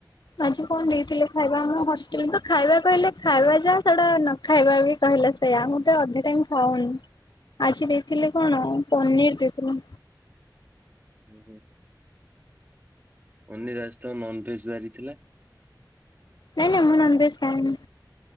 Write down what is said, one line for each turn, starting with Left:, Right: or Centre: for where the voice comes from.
Left: ଆଜି କଣ ଦେଇଥିଲେ, ଖାଇବା ହଷ୍ଟେଲ ତ ଖାଇବା କହିଲେ ଖାଇବା ଯା ସେଟା ନ ଖାଇବା ବି କହିଲା ସେୟା ମୁଁତ ଅଧେ ଟାଇମ ଖାଉନି, ଆଜି ଦେଇଥିଲେ କଣ ପନିର ଦେଇଥିଲେ।
Right: ହୁଁ ହୁଁ। ଓନି ରାଜ ତ ନନ୍ ଭେଜ ବାରି ଥିଲା।
Left: ନାଇଁ ନାଁଇଁ ମୁଁ ନନଭେଜ୍ ଖାଏନି।